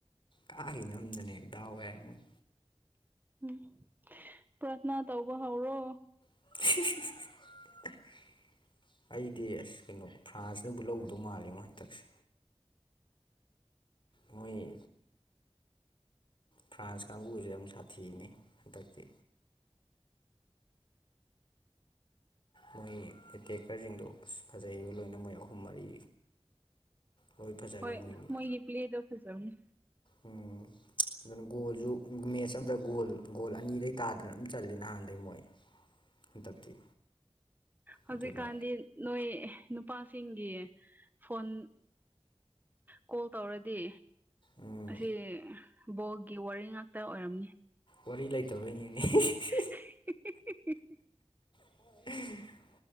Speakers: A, on the left; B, on the right.
A: ꯀꯥꯒꯤ ꯅꯝꯗꯅ ꯍꯦꯛ ꯗꯥꯎ ꯌꯥꯏꯌꯦ ꯃꯣꯏ
B: ꯎꯝ ꯄ꯭ꯔꯊꯅꯥ ꯇꯧꯕ ꯍꯧꯔꯣ
A: <unintelligible> ꯑꯩꯗꯤ ꯑꯁ ꯀꯩꯅꯣ ꯐ꯭ꯔꯥꯟꯁꯅꯕꯨ ꯂꯧꯒꯤꯗꯧ ꯃꯥꯜꯂꯣꯉꯣ ꯍꯟꯇꯛꯁꯦ ꯃꯣꯏꯌꯦ__ ꯐ꯭ꯔꯥꯟꯁ ꯀꯥꯡꯕꯨꯒꯩꯁꯦ ꯌꯥꯝ ꯁꯥꯊꯤꯕꯅꯤ ꯍꯟꯇꯛꯇꯤ ꯃꯣꯏ ꯑꯦꯇꯦꯛꯀꯔꯁꯤꯡꯗꯨ ꯑꯁ ꯐꯖꯩꯕꯣ ꯂꯣꯏꯅ
B: ꯎꯝ
A: ꯃꯣꯏ ꯑꯍꯨꯝ ꯃꯔꯤ ꯂꯣꯏ ꯐꯖꯔꯦ
B: ꯍꯣꯏ
A: ꯃꯣꯏ ꯃꯤ
B: ꯃꯣꯏꯒꯤ ꯄ꯭ꯂꯦꯗꯣ ꯐꯖꯕꯅꯤ
A: ꯎꯝ ꯑꯗꯨꯅ ꯒꯣꯜꯖꯨ ꯃꯦꯠꯆ ꯑꯝꯗ ꯒꯣꯜ ꯒꯣꯜ ꯑꯅꯤꯗꯩ ꯇꯥꯗꯅ ꯑꯃꯝ ꯆꯜꯂꯦ ꯅꯍꯥꯟꯗꯩ ꯃꯣꯏ ꯍꯟꯇꯛꯇꯤ
B: ꯍꯧꯖꯤꯛꯀꯥꯟꯗꯤ
A: ꯑꯗꯨꯅ
B: ꯅꯣꯏ ꯅꯨꯄꯥꯁꯤꯡꯒꯤ ꯐꯣꯟ ꯀꯣꯜ ꯇꯧꯔꯗꯤ
A: ꯎꯝ
B: ꯑꯁꯤ ꯕꯣꯒꯤ ꯋꯥꯔꯤ ꯉꯥꯛꯇ ꯑꯣꯏꯔꯝꯅꯤ
A: ꯋꯥꯔꯤ ꯂꯩꯇꯕꯩꯅꯤꯅꯦ <unintelligible>
B: <unintelligible>
A: <unintelligible>